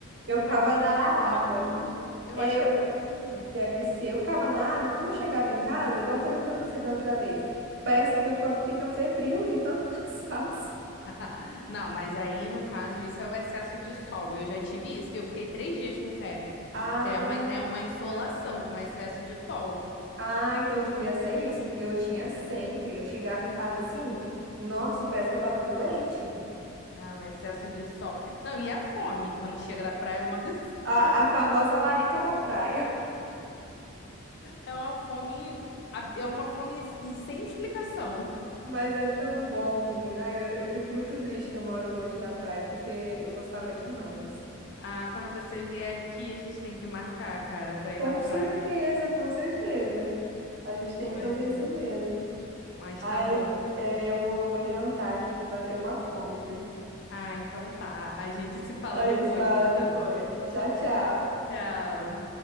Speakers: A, on the right; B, on the left.
A: Eu
B: Mas
A: ficava
B: eu
A: na
B: acho que é com
A: água.
B: todo mundo. Eu
A: É,
B: acho
A: eu-
B: que é todo mundo.
A: deve ser. Eu ficava na água, quando eu chegava em casa, igual eu falei pra você da outra vez, parece que meu corpo fica febril de tanto <laughs> cansaço.
B: <laughs> Não, mas aí no caso isso é o excesso de sol. Eu já tive isso. Eu fiquei três dias com febre.
A: Ah,
B: É uma, é uma insolação,
A: tá.
B: um excesso de sol.
A: Ah, então devia ser isso, porque eu tinha sempre. Eu chegava em casa assim, nossa, parece que eu tava doente.
B: Ah, um excesso de sol. Não, e a fome, quando chega da praia é um absurdo.
A: A,
B: <laughs>
A: a famosa larica da praia. <laughs>
B: É uma fome, ab- é uma fome em- sem explicação. <laughs>
A: Mas é tão bom, menina. Ai, Eu, eu fico muito triste que eu moro longe da praia, porque eu gostava demais.
B: Ah, quando você vier aqui, a gente tem que marcar, cara, pra ir
A: Com
B: na praia.
A: certeza, com certeza. A gente tem que
B: Pois
A: fazer
B: é,
A: isso mesmo.
B: mas
A: Aí,
B: tá bom.
A: é, eu vou, vou jantar aqui que bateu uma fome, viu?
B: Ah, então tá. A gente se fala
A: A
B: depois,
A: gente fala depois.
B: então.
A: Tchau, tchau.
B: Tchau.